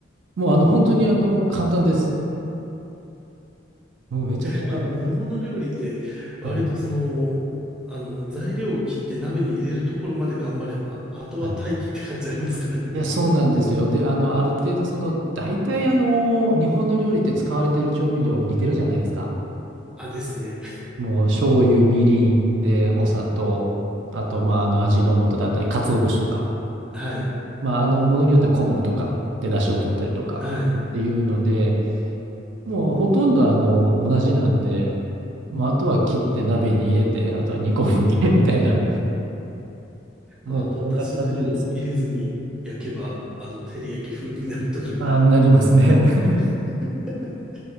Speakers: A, on the right (about 70°); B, in the centre.
A: もうあの、本当にあの、
B: え
A: 簡単です。もうめちゃくちゃ簡単です。
B: まあ、煮物料理って、割とその、
A: はい。
B: あの、材料を切って鍋に入れるところまで頑張れば、あとは待機って感じありますからね。
A: はいいや、そうなんですよ。で、あの、ある程度、その、大体、あの、日本の料理って使われてる調味料似てるじゃないですか。
B: <laughs> あ、ですね。
A: もう、醤油、みりんで、お砂糖、あと、まあ、あの、味の素だったり、鰹節とか、
B: はい。
A: まあ、あの、ものによっては昆布とかで、出汁を取ったりとかっていうので、
B: はい。
A: もう、ほとんど、あの、同じなんで、まあ、あとは切って鍋に入れて、あとは煮込んで、<laughs> みたいな、
B: まあ、
A: もう、
B: あとはだし汁を入れずに焼けば、
A: こんな感じですね。
B: あの、照り焼き風になるとかね。
A: あ、なりますね。<laughs>
B: <laughs>